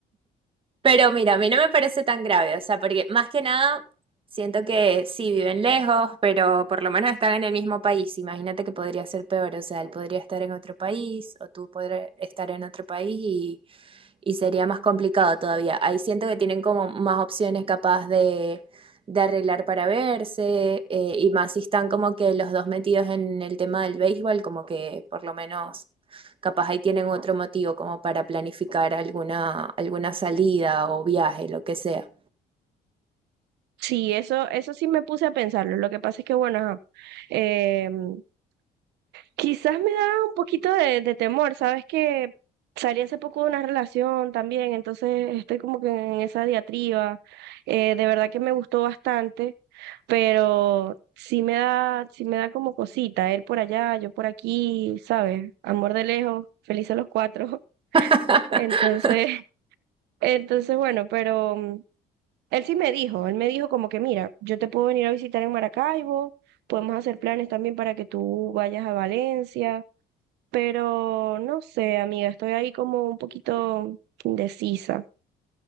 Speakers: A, on the right; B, on the right.
A: Pero mira, a mí no me parece tan grave, o sea, porque más que nada siento que sí viven lejos, pero por lo menos están en el mismo país. Imagínate que podría ser peor, o sea, él podría estar en otro país o tú podrías estar en otro país y sería más complicado todavía. Ahí siento que tienen como más opciones capaz de, de arreglar para verse eh, y más si están como que los dos metidos en el tema del béisbol, como que por lo menos capaz ahí tienen otro motivo como para planificar alguna, alguna salida o viaje, lo que sea.
B: Sí, eso, eso sí me puse a pensarlo. Lo que pasa es que, bueno, ajá, em, Quizás me da un poquito de, de temor, sabes que salí hace poco de una relación también, entonces estoy como que en esa diatriba. Eh, de verdad que me gustó bastante, pero sí me da, sí me da como cosita, él por allá, yo por aquí, ¿sabes? Amor de lejos, felices los cuatro.
A: <laughs>
B: <laughs> Entonces, entonces bueno, pero mm, él sí me dijo, él me dijo como que, mira, yo te puedo venir a visitar en Maracaibo, podemos hacer planes también para que tú vayas a Valencia, pero no sé, amiga, estoy ahí como un poquito indecisa.